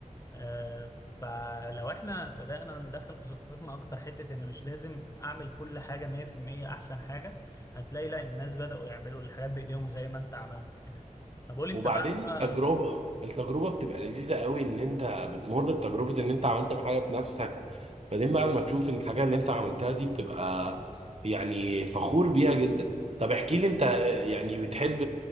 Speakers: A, on the left; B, on the right.
A: آه فلو احنا بدأنا ندخل في ثقافتنا اكتر حتة ان مش لازم اعمل كل حاجة 100% احسن حاجة هتلاقي لا الناس بدأوا يعملوا الحاجات بايديهم زي ما انت عملت كده طب قول لي
B: وبعدين
A: انت بقى
B: التجربة التجربة بتبقى لذيذة قوي ان انت بتمر بتجربة ان انت عملت حاجة بنفسك بعدين بعد ما تشوف ان الحاجة اللي انت عملتها دي بتبقى يعني فخور بيها جدا طب احكي لي انت يعني بتحب